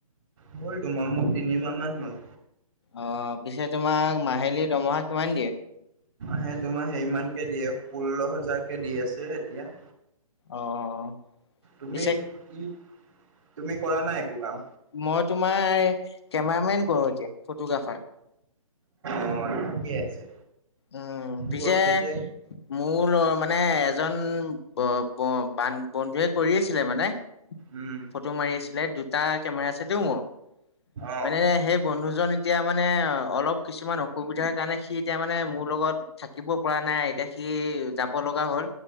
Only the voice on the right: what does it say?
হ'ল তোমাৰ মখ তিনিমাহ মান হ'ল
মে তোমাৰ সেইমানকে দিয়ে ষোল্ল হাজাৰ কেে দি আছে এতিয়া
তুমি
কি তুমি কৰা নাই একো কাম
অ ঠিকেই আছে
ক'ত তেতিয়া
উম
অ